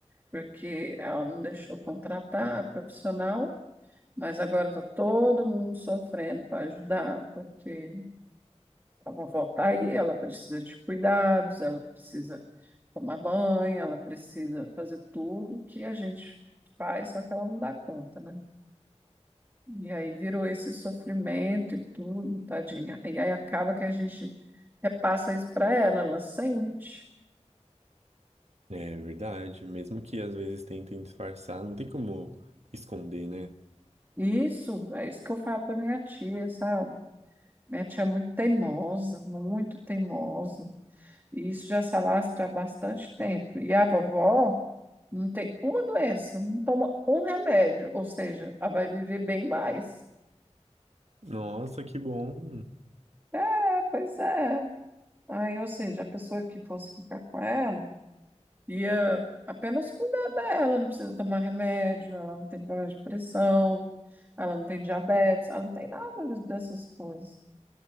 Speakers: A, on the right (about 20°); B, on the right (about 65°).
A: porque ela não deixou contratar a profissional, mas agora está todo mundo sofrendo para ajudar, porque Ela volta aí, ela precisa de cuidados, ela precisa tomar banho, ela precisa fazer tudo que a gente faz, só que ela não dá conta, né? E aí virou esse sofrimento e tudo, tadinha. E aí acaba que a gente repassa isso para ela, ela sente.
B: É verdade, mesmo que às vezes tentem disfarçar, não tem como esconder, né?
A: E Isso, é isso que eu falo para minha tia, sabe? Minha tia é muito teimosa, muito teimosa. E isso já se alastra há bastante tempo. E a vovó não tem uma doença, não toma um remédio, ou seja, ela vai viver bem mais.
B: Nossa, que bom!
A: É, pois é. Aí, ou seja, a pessoa que fosse ficar com ela ia apenas cuidar dela, não precisa tomar remédio, ela não tem problema de pressão, ela não tem diabetes, ela não tem nada de- dessas coisas.